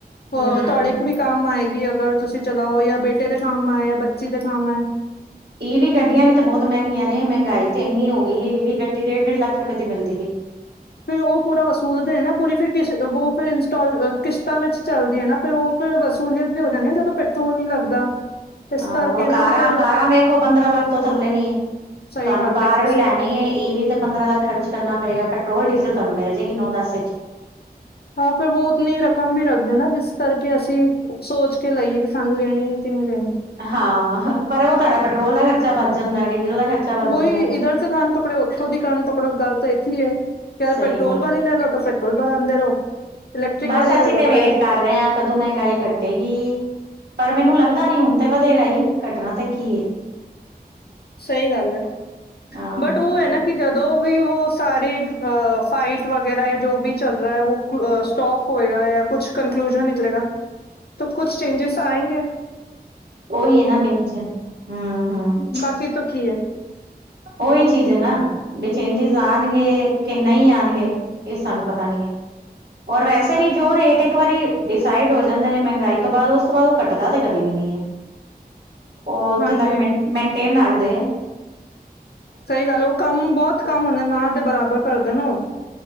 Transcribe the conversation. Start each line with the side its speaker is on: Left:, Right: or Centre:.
Left: ਹ
Right: ਹਮ
Left: ਤੁਹਾਡੇ ਇੱਕ ਵੀ ਕੰਮ ਆਏਗੀ ਅਗਰ ਤੁਸੀਂ ਚਲਾਓ ਜਾਂ ਬੇਟੇ ਦੇ ਕੰਮ ਹੈ ਜਾਂ ਬੱਚੀ ਦੇ ਕੰਮ ਹੈ।
Right: ਇਹ ਵੀ ਗੱਡੀਆਂ ਵੀ ਤਾਂ ਬਹੁਤ ਮਹਿੰਗੀਆਂ ਨੇ ਮਹਿੰਗਾਈ ਤੇ ਇੰਨੀ ਹੋ ਗਈ ਹੈ ਇਹ ਵੀ ਗੱਡੀ ਡੇਢ ਡੇਢ ਲੱਖ ਰੁਪਏ ਦੀ ਮਿਲਦੀ ਵੀ।
Left: ਫਿਰ ਉਹ ਪੂਰਾ ਵਸੂਲ ਦੇ ਨਾ ਪੂਰੀ ਫਿਰਸ਼ਿਰ ਇੰਸਟ ਤਾਂ ਵਿੱਚ ਚੱਲਦੀ ਹੈ। ਨਾ ਫਿਰ ਉਹ ਵਸੂਲੀਅਤ ਵੀ ਹੋ ਜਾਣੀ ਜਦੋਂ ਪੈਟਰੋਲ ਨੀ ਲੱਗਦਾ। ਇਸ
Right: ਹਾਂ
Left: ਕਰਕੇ
Right: ਹੋਰ
Left: ਨਾ
Right: ਕਾਰਾਂ
Left: ਫਿਰ
Right: ਕਾਰਾਂ ਵੇਖੋ ਪੰਦਰਾਂ ਲੱਖ ਤੋਂ ਥੱਲੇ ਨੀ ਹੈ।
Left: ਸਹੀ
Right: ਤੁਹਾਨੂੰ
Left: ਗੱਲ
Right: ਕਾਰ
Left: ਕਹੀ ਤੁਸੀਂ
Right: ਵੀ ਲੈਣੀ ਇਹ ਵੀ ਤੇ ਪੰਦਰਾਂ ਲੱਖ ਖਰਚ ਕਰਨਾ ਪਏਗਾ, ਪੈਟਰੋਲ ਡੀਜ਼ਲ ਤੁਹਾਨੂੰ ਮਿਲ ਜਾਏਗੀ ਨੌ ਦਸ ਵਿੱਚ।
Left: ਹਾਂ ਪਰ ਉਹ ਉਤਨੀ ਰਕਮ ਵੀ ਰੱਖਦੇ ਨਾ ਜਿਸ ਕਰਕੇ ਅਸੀਂ ਸੋਚ ਕੇ ਲਾਈਏ ਕਿ ਸਾਨੂੰ ਲੈਣੀ ਹੈ ਕਿ ਨਹੀਂ ਲੈਣੀ
Right: ਹਾਂ ਪਰ ਉਹ ਤੁਹਾਡਾ ਪੈਟਰੋਲ ਦਾ ਖਰਚਾ ਵੱਧ ਜਾਂਦਾ ਹੈ ਡੀਜ਼ਲ ਦਾ ਖਰਚਾ। ਬਚ
Left: ਵਹੀ
Right: ਜਾਂਦਾ।
Left: ਇਧਰ ਦੇ ਕਨ ਪਕੜੇ ਉੱਥੋਂ ਦੀ ਕਨ ਪਕੜੋ ਗੱਲ ਤਾਂ ਇ ਹੀ ਹੈ।
Right: ਸਹੀ
Left: ਪੈਟਰੋਲ
Right: ਗੱਲ
Left: ਵਾਲੀ ਲੈ ਲਓ ਤਾਂ ਪੈਟਰੋਲ ਭਰਾਦੇ ਰਹੋ। ਇਲੈਕਟ੍ਰਿਕ
Right: ਬਸ
Left: ਵਾਲੀ
Right: ਅਸੀਂ
Left: ਲੈ ਲਓ
Right: ਤੇ
Left: ਤਾਂ
Right: ਵੇਟ
Left: ਇਹ
Right: ਕਰ ਰਹੇ ਹਾਂ ਕਦੋਂ ਮਹਿੰਗਾਈ ਕੱਟੇਗੀ। ਪਰ ਮੈਨੂੰ ਲੱਗਦਾ ਨੀ ਹੁਣ ਤੇ ਵਧੇਗਾ ਹੀ ਘਟਨਾ ਤੇ ਕੀ।
Left: ਸਹੀ ਗੱਲ ਐ
Right: ਹਾਂ
Left: ਬਟ ਉਹ ਐ ਨਾ। ਕਿ ਜਦੋਂ ਵੀ ਉਹ ਸਾਰੀ ਫਾਈਟ ਵਗੈਰਾ ਜੋ ਵੀ ਚੱਲ ਰਿਹਾ ਹੈ। ਸਟੋਪ ਹੋਏਗਾ ਜਾਂ ਕੁਛ ਕੰਨਕਲੂਜਨ ਨਿਕਲੇਗਾ ਤਾਂ ਕੁੱਛ ਚੇਂਜਿਸ ਆਏ ਗੇ।
Right: ਓਹੀ ਨਾ ਮੇਨ ਚ, ਹੂੰ -ਹੂੰ
Left: ਬਾਕੀ ਤੋਂ ਕੀ ਹੈ।
Right: ਉਹੀ ਚੀਜ਼ ਹੈ ਨਾ ਵੀ ਚੇਂਜਿਸ ਆਣਗੇ ਕਿ ਨਹੀਂ ਆਣਗੇ। ਇਹ ਸਾਨੂੰ ਪਤਾ ਨੀ ਹੈ। ਔਰ ਵੈਸੇ ਵੀ ਜੋ ਰੇਟ ਇੱਕ ਵਾਰੀ ਡਿਸਾਈਡ ਹੋ ਜਾਂਦੇ ਨੇ ਮਹਿੰਗਾਈ ਤੋਂ ਬਾਅਦ ਉਸ ਉਸ ਤੋਂ ਬਾਅਦ ਉਹ ਕੱਟਦਾ ਤੇ ਕਦੇ ਵੀ ਨੀ ਹੈ। ਉਹ ਉੱਥੇ
Left: ਹਾਂਜੀ
Right: ਤੱਕ ਮੇਨਟੇਨ ਰੱਖਦੇ ਏ।
Left: ਸਹੀ ਗੱਲ ਉਹ ਕੰਮ ਬਹੁਤ ਕੰਮ ਹੁੰਦੇ ਨਾ ਤੇ ਬਰਾਬਰ ਕਰਦੇ ਨੇ ਉਹ